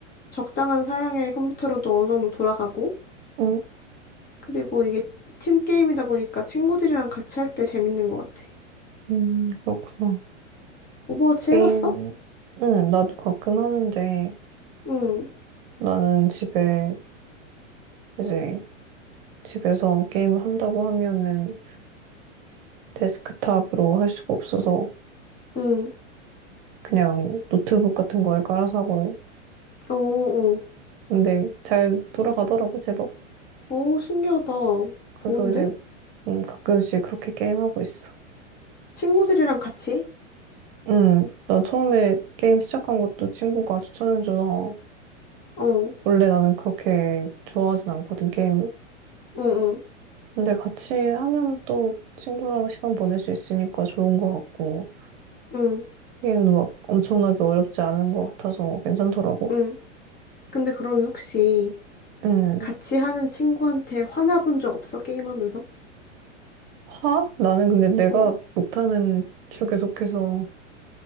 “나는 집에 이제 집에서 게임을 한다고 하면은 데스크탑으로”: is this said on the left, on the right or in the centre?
Right